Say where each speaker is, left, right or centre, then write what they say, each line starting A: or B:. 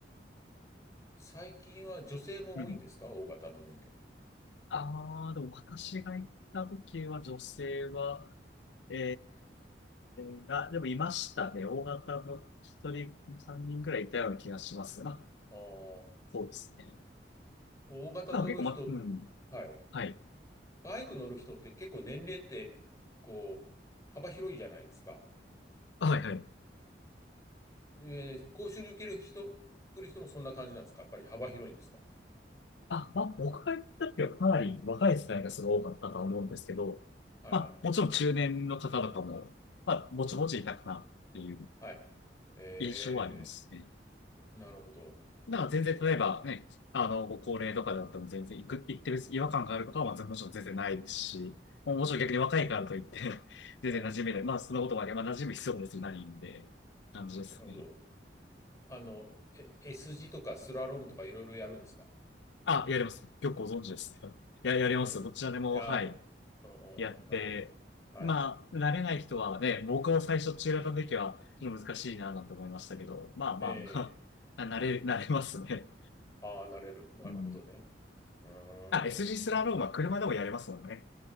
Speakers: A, on the left; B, on the left.
A: 最近は女性も多いんですか大型の免許。
B: うん。ああ、でも私が行った時は女性は、ええーあ、でもいましたね。大型の一人、三人くらいいたような気がしますね。まあ、
A: ああ、
B: そうですね。
A: 大型取る人、
B: まあ、結構、ま、うん。
A: はい。
B: はい。
A: バイク乗る人って結構年齢って、こう、幅広いじゃないですか。
B: あはいはい。
A: えー講習に受ける人、来る人もそんな感じなんですかやっぱり幅広いんですか
B: あ、まあ、僕が行った時はかなり若い世代がすごい多かったと思うんですけど、
A: はいはい。
B: まあ、もちろん中年の方とかも、まあ、もちもちいたかなっていう
A: はい。え
B: 印象はありますね。
A: ー、なるほど。
B: だから全然、例えばね、あの、ご高齢とかだっても全然行く、行ってる違和感があることは、まあ、もちろん全然ないですし、もうもちろん逆に若いからといって
A: おー
B: <laughs> 全然馴染めない。
A: はい。
B: まあ、そのことはね、まあ、馴染む必要も別にないんで、感じですね。
A: なるほど。あの、え S 字とかスラロームとかいろいろやるんですか
B: あ、やります。よくご存知ですね。いや、やります。
A: うん。
B: どちらでも、
A: いやー、
B: はい。
A: うんうんうん、
B: やって、
A: なるほど。はい。
B: まあ、慣れない人はね、僕も最初中型の時はちょっと難しいなぁなんて思いましたけど、まあまあまあ、
A: え
B: <laughs> 慣れ、慣れますね。
A: ー、ああ、なれる。なるほどね。
B: うん。
A: うーん。
B: あ、SG スジースラロームは車でもやれますもんね。